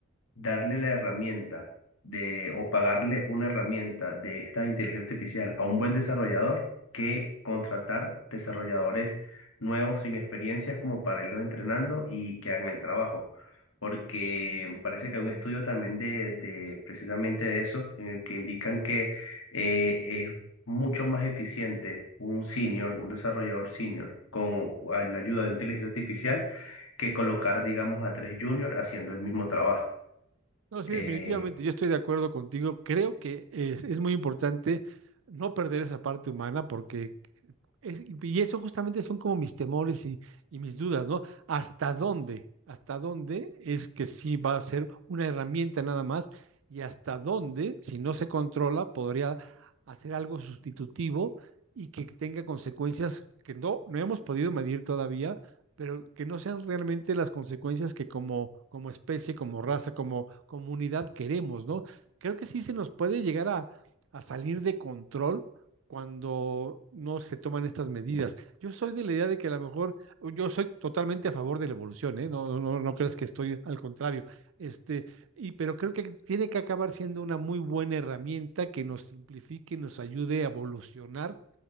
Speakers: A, on the left; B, on the right.
A: darle la herramienta de, o pagarle una herramienta de esta inteligencia artificial a un buen desarrollador que contratar desarrolladores nuevos sin experiencias como para irlos entrenando y que hagan el trabajo. Porque parece que hay un estudio también de, de precisamente de eso, en el que indican que eh, es mucho más eficiente un senior, un desarrollador senior, con la ayuda de inteligencia artificial, que colocar, digamos, a tres juniors haciendo el mismo trabajo.
B: No, sí,
A: Eh,
B: definitivamente, yo estoy de acuerdo contigo. Creo que es, es muy importante no perder esa parte humana, porque es- y eso justamente son como mis temores y, y mis dudas, ¿no? ¿Hasta dónde? ¿Hasta dónde es que sí va a ser una herramienta nada más? Y hasta dónde, si no se controla, podría hacer algo sustitutivo y que tenga consecuencias que no, no hemos podido medir todavía, pero que no sean realmente las consecuencias que como, como especie, como raza, como comunidad queremos, ¿no? Creo que sí se nos puede llegar a a salir de control cuando no se toman estas medidas. Yo soy de la idea de que a lo mejor, yo soy totalmente a favor de la evolución, ¿eh? No, no, no no creas que estoy al contrario. Este, y, pero creo que tiene que acabar siendo una muy buena herramienta que nos simplifique, nos ayude a evolucionar,